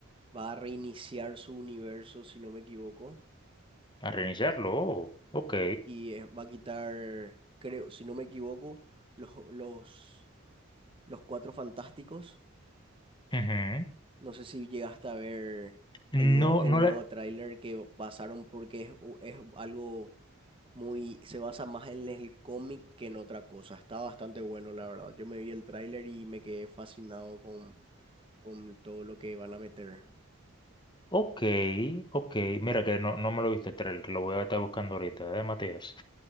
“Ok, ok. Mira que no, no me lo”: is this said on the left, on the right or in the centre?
Left